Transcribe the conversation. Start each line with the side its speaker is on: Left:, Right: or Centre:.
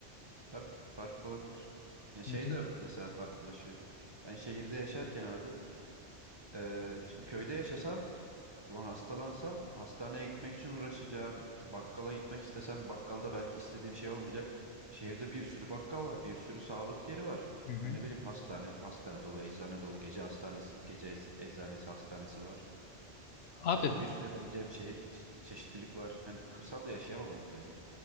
Right: Tabii farklı olabilir. Ya şey
Left: Hı hı,
Right: de mesela farklılaşıyor. Ben şehirde yaşarken abi e, şimdi köyde yaşasam Ulan hastalansam hastaneye gitmek için uğraşacağım. E, Bakkala gitmek istesem bakkalda belki istediğim şey olmayacak. Şehirde bir sürü bakkal var, bir sürü sağlık yeri var.
Left: hı hı.
Right: Ha ne bileyim hastane, hastane dolu, eczane dolu, gece hastanesi, gece ec- eczanesi, hastanesi var.
Left: Abi
Right: E, bir sürü yapabileceğim şey, çe- çeşitlilik var. Yani kırsalda yaşayamam o yüzden ya.